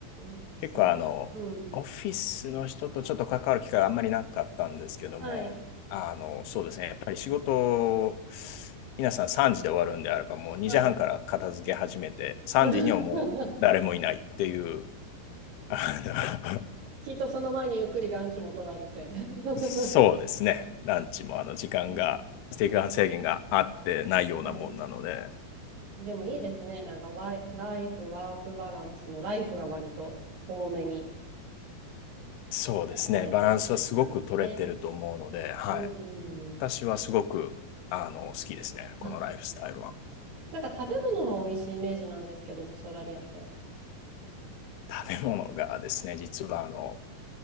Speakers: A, on the right; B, on the left.
A: ん、すごく。
B: 結構あの、
A: うん。
B: オフィスの人とちょっと関わる機会があんまりなかったんですけども、
A: はい、
B: あの、そうですね。やっぱり仕事、皆さん3時で終わるんであれば、もう2時半から片付け始めて、
A: はい。
B: 3時にはもう誰もいないっていう、
A: <laughs>
B: あの <laughs>
A: きっとその前にゆっくりランチも取られて。<laughs>
B: そうですね。ランチもあの時間が、
A: うん、
B: 時間制限があってないようなもんなので、
A: はい。でもいいですね。なんかワイ、ライフ、ワークバランスのライフが割と重めに
B: そうですね。
A: されてる感じなんですね。
B: バランスはすごく取れてると思うので、はい。
A: うんうん。
B: 私はすごくあの好きですね、
A: まあ、
B: このライフスタイルは。
A: なんか食べ物も美味しいイメージなんですけど、オーストラリアって。
B: 食べ物がですね、実はあの、